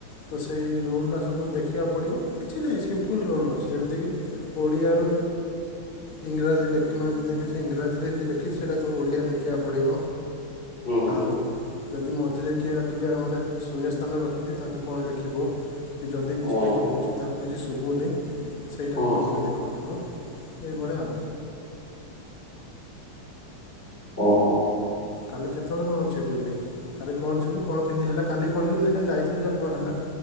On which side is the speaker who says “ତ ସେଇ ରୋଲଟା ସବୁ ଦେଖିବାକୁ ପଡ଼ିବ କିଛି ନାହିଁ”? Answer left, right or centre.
Left